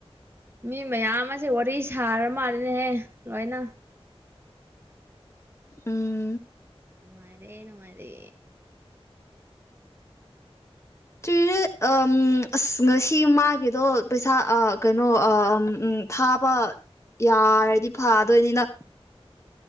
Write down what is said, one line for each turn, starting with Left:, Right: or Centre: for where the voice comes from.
Right: ꯃꯤ ꯃꯌꯥꯝ ꯃꯁꯦ ꯋꯥꯔꯤ ꯁꯥꯔ ꯃꯥꯜꯂꯦꯍꯦ ꯂꯣꯏꯅ
Left: ꯎꯝ
Right: ꯅꯨꯡꯉꯥꯏꯔꯦ ꯅꯨꯡꯉꯥꯏꯔꯦ <unintelligible>
Left: ꯆꯨꯔꯦ ꯑꯝ ꯑꯁ ꯉꯁꯤ ꯃꯥꯒꯤꯗꯣ ꯄꯩꯁꯥ ꯑ ꯀꯩꯅꯣ ꯑ ꯑꯝ ꯎꯝ ꯊꯥꯕ ꯌꯥ ꯔꯗꯤ ꯐꯥꯗꯣꯏꯅꯤꯅ